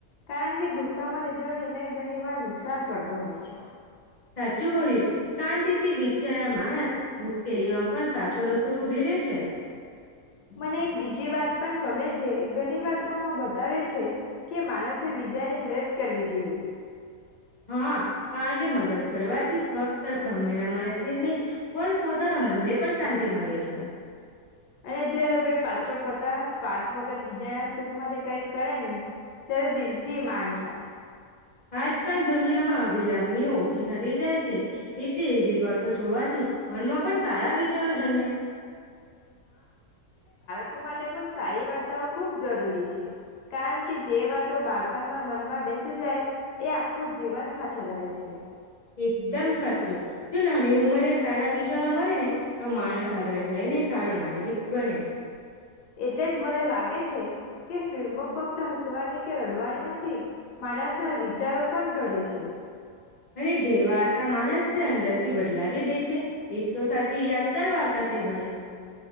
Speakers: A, on the left (about 80°); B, on the left (about 45°).
A: કારણ કે ગુસ્સામાં લીધેલો નિર્ણય ઘણી વાર નુકસાન કરતો હોય છે.
B: સાચું કહ્યું શાંતિથી વિચાર્યા માનસ મુશ્કેલીમાં પણ સાચો રસ તો શોધી લે છે.
A: મને એક બીજી વાત પણ ગમે છે ઘણી વાતોમાં બતાવે છે કે માણસે બીજાની મદત કરવી જોઈએ.
B: હા કારણ કે મદદ કરવાથી ફક્ત સામે ના માણસને જ નહીં પણ પોતાના મનને પણ શાંતિ મળે છે.
A: અને જયારે કોઈ પાત્ર પત પોતાના સ્વાર્થ વગર બીજાના સુખ માટે કઈ કરે ને ત્યારે દિલ થી માન થાય.
B: આજકાલ દુનિયામાં આવી લાગણીઓ ઓછી થતી જાય છે એટલે એવી વાતો જોવાથી મનમાં પણ સારા વિચારો જન્મે.
A: લોકો માટે પણ સારી વાર્તાઓ ખૂબ જરૂરી છે. કારણ કે જે વાતો બાળપણમાં મનમાં બેસી જાય એ આખું જીવન સાથે રહે છે.
B: એકદમ સાચું જો નાની ઉંમરે સારા વિ ચારો મરે ને તો માણસ આગળ જઈ ને સારો નાગરિક બને.
A: એટલે જ મને લાગે છે કે ફિલ્મો ફક્ત હસવાની કે રડવાની નથી માનસના વિચારો પણ ઘડે છે.
B: અને જે વાર્તા માનસને અંદરથી બદલાવી દે એક તો સાચી યાદગાર વાર્તા કેવાઈ.